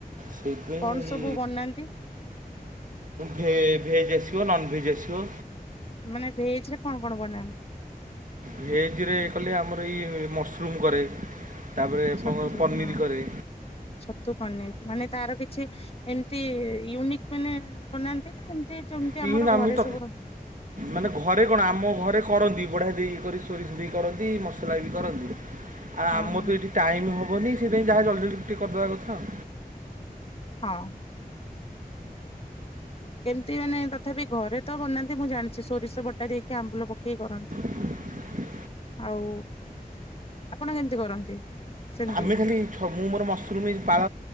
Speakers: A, on the right; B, on the left.
A: ସେଇଥିପାଇଁ
B: କଣ ସବୁ ବନାନ୍ତି?
A: ଭେ-ଭେଜ୍ ଆସିବ ନନଭେଜ ଆସିବ।
B: ମାନେ ଭେଜ ରେ କଣ କଣ ବନାନ୍ତି?
A: ଭେଜ ରେ କଲେ ଆମର ଏଇ ମସରୁମ୍ କରେ। ତା ପରେ ଆପଣଙ୍କ
B: ଛତୁ
A: ପନିର
B: ହଁ
A: କରେ।
B: ଛତୁ, ପନିର ମାନେ ତାର କିଛି ଏମିତି ୟୁନିକ୍ ମାନେ ବନାନ୍ତି ନା ଏମିତି ଯେମିତି
A: ବିଭିନ୍ନ
B: ଆମର ଘରେ
A: ଆମେ ତ
B: ସବୁ ର
A: ମାନେ ଘରେ କଣ ଆମ ଘରେ କରନ୍ତି ବଢ଼ିଆ ଦେଇ କରି ସୋରିଷ ଦେଇ କରନ୍ତି ମସଲା ବି କରନ୍ତି। ଆଉ
B: ହଁ
A: ଆମର ତ ଏଇଠି ଟାଇମ ହବନି ସେଇଥିପାଇଁ ଯାହା ଜଲ୍ଦି ଜଲ୍ଦି ଟିକେ କରିଦେବା କଥା ଆଉ।
B: ହଁ। କେମିତି ମାନେ ତଥାପି ଘରେ ତ ବନାନ୍ତି ମୁଁ ଜାଣିଛି ସୋରିଷ ବଟା ଦେଇକି ଆମ୍ବୁଲ ପକେଇକି କରନ୍ତି।
A: <inaudible>
B: ଆଉ ଆପଣ କେମିତି କରନ୍ତି? ସେମିତି
A: ଆମେ ଖାଲି ଛ ମୁଁ ମୋର ମସରୁମ୍ ପାଳ